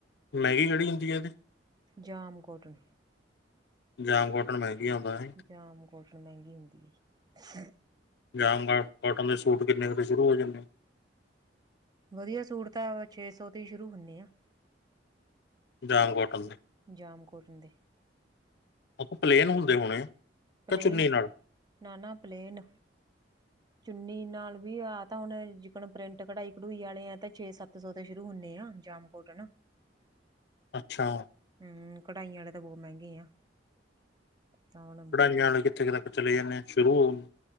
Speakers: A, on the left; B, on the right.
A: ਮਹਿੰਗੀ ਕੈਹੜੀ ਹੁੰਦੀ ਐ ਏਹਦੇ
B: ਜਾਮ ਕੋਟਨ।
A: ਜਾਮ ਕੋਟਨ ਮਹਿੰਗੀ ਆਉਂਦਾ ਐ।
B: ਜਾਮ ਕੋੌਟਨ ਮਹਿੰਗੀ ਹੁੰਦੀ ਏ।
A: ਜਾਮ ਕਾ ਕੋਟਨ ਦੇ ਸੂਟ ਕਿੰਨੇ ਕੁ ਤਸ਼ੁਰੂ ਹੋ ਜਾਂਦੇ?
B: ਵਧੀਆ ਸੂਟ ਤਾਂ ਛੇ ਸੌ ਤੋਂ ਸ਼ੁਰੂ ਹੁਨੇਆ।
A: ਜਾਮ ਕੋਟਨ ਦੇ?
B: ਜਾਮ ਕੋਟਨ ਦੇ।
A: ਆਪਾਂ ਪਲੇਨ ਹੁੰਦੇ ਹੋਣੇ
B: ਪਲੇਨ
A: ਕਿ ਚੁੰਨੀ ਨਾਲ
B: ਨਾ ਨਾ ਪਲੇਨ ਚੁੰਨੀ ਨਾਲ ਵੀ ਆਹ ਤਾਂ ਹੁਣ ਜਿਕਣ ਪ੍ਰਿੰਟ ਕਢਾਈ-ਕਢੂਈ ਵਾਲੇ ਆ ਤਾਂ ਛੇ-ਸੱਤ ਸੌ ਤੋਂ ਸ਼ੁਰੂ ਹੁੰਨੇ ਆ ਜਾਮ ਕੋਟਨ।
A: ਅੱਛਾ।
B: ਹਂ, ਕਢਾਈਆਂ ਵਾਲੇ ਤਾਂ ਬੋ ਮਹਿੰਗੇ ਆ। ਤਾਂ ਹੁਣ
A: ਪੰਜਾਬ ਵਿਚ ਕਿੱਥੇ ਤੱਕ ਚਲੇ ਜਾਂਣੇ ਆ ਸ਼ੁਰੂ ਹੋਣ।